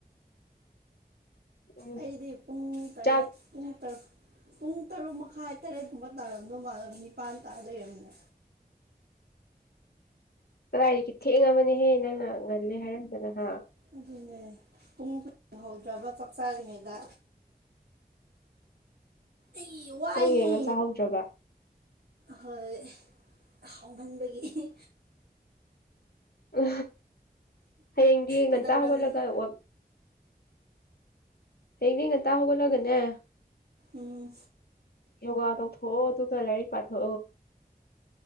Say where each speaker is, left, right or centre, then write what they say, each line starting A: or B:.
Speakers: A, on the left; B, on the right.
A: ꯎꯝ
B: ꯑꯩꯗꯤ ꯄꯨꯡ ꯇꯔꯦꯠ
A: ꯆꯥꯛ
B: ꯇꯔꯨꯛ ꯄꯨꯡ ꯇꯔꯨꯛ ꯃꯈꯥꯏ ꯇꯔꯦꯠꯀꯨꯝꯕ ꯇꯥꯔꯝꯗꯧ ꯃꯥꯜꯂ ꯅꯤꯄꯥꯥꯟ ꯇꯥ ꯂꯩꯔꯝꯅꯦ
A: ꯀꯗꯥꯏꯗꯒꯤ ꯊꯦꯡꯉꯕꯅꯦꯍꯦ ꯅꯪꯅ ꯉꯜꯂꯦ ꯍꯥꯏꯔꯝꯗꯅꯍ
B: ꯑꯗꯨꯅꯦ ꯄꯨꯡ ꯈꯨ ꯍꯧꯗ꯭ꯔꯕ ꯆꯥꯛ ꯆꯥꯔꯤꯉꯩꯗ ꯑꯩ ꯋꯥꯏꯍꯦ
A: ꯄꯣꯡ ꯌꯦꯡꯉ ꯆꯥꯍꯧꯗ꯭ꯔꯕ
B: ꯍꯣꯏ ꯍꯥꯎꯍꯟꯕꯒꯤ
A: ꯎ ꯍꯌꯦꯡꯗꯤ
B: ꯀꯩꯗꯧꯔꯝꯃꯤꯅꯣ
A: ꯉꯟꯇꯥ ꯍꯧꯒꯠꯂꯒ ꯋꯥ ꯍꯩꯅꯦ ꯉ ꯇ ꯍꯒꯂꯒꯅꯦ
B: ꯎꯝ
A: ꯌꯣꯒꯥ ꯇꯧꯊꯣ ꯇꯨ ꯀ ꯂꯥꯏꯔꯤꯛ ꯄꯥꯊ